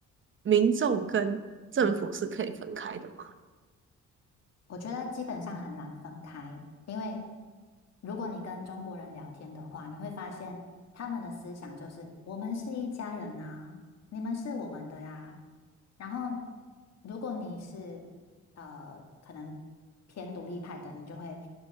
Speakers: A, on the right; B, on the left.
A: 民众跟政府是可以分开的吗？
B: 嗯。我觉得基本上很难分开，因为如果你跟中国人聊天的话，你会发现他们的思想就是我们是一家人啊，你们是我们的呀。然后，如果你是呃可能偏独立派的，你就会